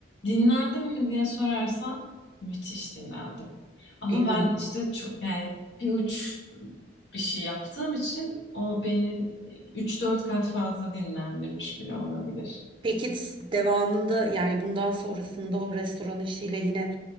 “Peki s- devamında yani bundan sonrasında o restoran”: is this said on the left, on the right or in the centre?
Right